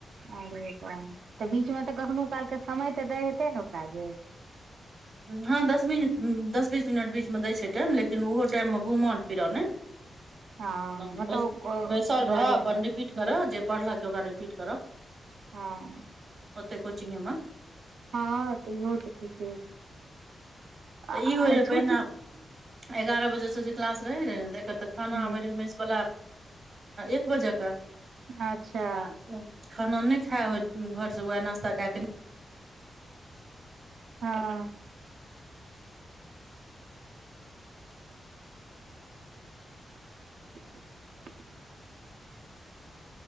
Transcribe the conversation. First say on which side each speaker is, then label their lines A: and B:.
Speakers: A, on the right; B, on the right.
A: अरे तऽ बीचमे तऽ कखनो कालके समय तऽ दै हेतै ने ओकरा गैए
B: हँ दस मिन दस बीस मिनट बीचमे दै छै टाइम लेकिन ओहो टाइममे घुमल फिरऽ मे
A: हँ
B: <inaudible>
A: मतलब
B: बाय सल रह
A: घरे
B: अपन
A: मे
B: रिपीट करजे पढ़ल त ओकरा रिपिट कर
A: हँ
B: ओते कोचिंगमे
A: हँ त इहो तऽ ठीके
B: तऽ
A: आ आ
B: ई होय रहै
A: छोटी
B: पहिने एगारह बजे से जे क्लास रहे रहे तऽ एकर तऽ खाना
A: ह
B: आबे रहै मेश वला एक बजे के
A: अच्छा
B: त खाना नहि खा घर से वह नास्ता कके
A: हँ <inaudible>